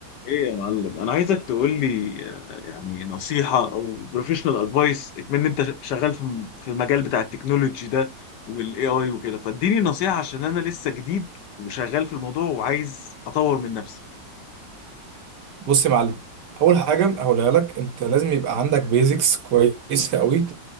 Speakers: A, on the left (about 75°); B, on the right (about 70°).
A: ايه يا معلم انا عايزك تقول لي آه، يعني نصيحه او بروفيشنال ادفايس من انت ش- شغال في في المجال بتاع التكنولوجي ده والاي اي وكده فاديني نصيحه عشان انا لسه جديد وشغال في الموضوع وعايز اطور من نفسي
B: بص يا معلم اول حاجه هقولها لك انت لازم يبقى عندك بيزكس كويسه قوي